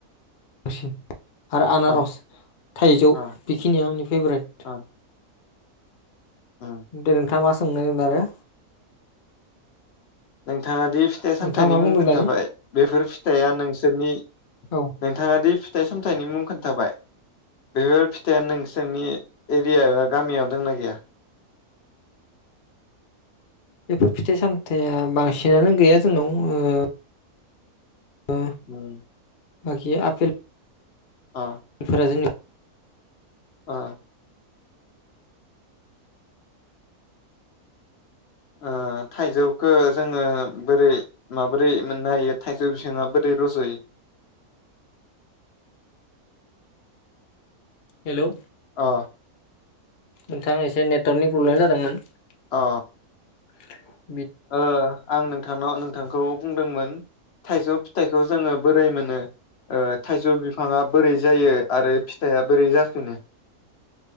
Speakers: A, on the left; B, on the left.
A: सिन आरो आनारस
B: अ
A: थाइजौ
B: अ
A: बेखिनिया आंनि फेभरेट।
B: अ उम
A: दे नोंथाआ मा सोंनायमोन आरो?
B: नोंथाङा दि फिथाइ सामथायाइनि
A: नोंथाङा मा
B: मुं
A: बुंदों
B: खोन्थाबाय
A: दानि
B: बेफोर फिथाइया नोंसोरनि
A: औ औ
B: नोंथाङा दि फिथाइ सामथाइनि मुं खोन्थाबाय बेफोर फिथाइआ नोंसोरनि एरिया एबा गामियाव दंना गैया?
A: बेफोर फिथाइ सामथाइया बांसिनानो गैया जोंनाव ओ ओ
B: उम।
A: बाखि आपेल
B: अ।
A: फोरा जोंनि
B: अ। ओ थाइजौखो जोङो बोरै माबोरै मोननो हायो। थाइजौ बिफांआ बोरै रज'यो?
A: हेलौ
B: अ
A: नोंथाङा एसे नेटवर्कनि प्रब्लेम जादोंमोन।
B: अ
A: <unintelligible>
B: ओ आं नोंथांनाव नोंथांखौ बुंदोंमोन थाइजौ फिथाइखौ जोङो बोरै मोनो? ओ थाइजौ बिफाङा बोरै जायो आरो फिथाइआ बोरै जाफिनो?